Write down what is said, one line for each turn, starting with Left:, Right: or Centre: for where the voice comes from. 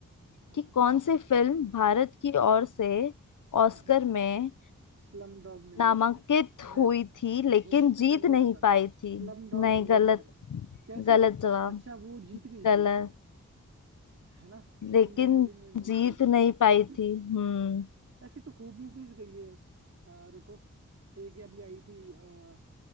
Right: हम्म
Left: कि कौन सी फिल्म भारत की ओर से ऑस्कर
Right: हम्म
Left: में
Right: Slumdog millionaire
Left: नामांकित
Right: मैं
Left: हुई थी लेकिन
Right: होने से
Left: जीत
Right: पहले
Left: नहीं
Right: ही बता दूं
Left: पाई थी
Right: स्लम डॉग
Left: नहीं
Right: मिलियनेयर
Left: गलत
Right: कैसे
Left: गलत जवाब
Right: अच्छा वो जीत गई
Left: गलत
Right: थी है ना स्लम
Left: लेकिन
Right: डॉग मिलियनेयर
Left: जीत
Right: जीत गई थी
Left: नहीं
Right: <laughs>
Left: पाई थी हम्म
Right: अच्छा ऐसी तो खूब मूवीज गई है अ, रुको एक ये अभी आई थी अ,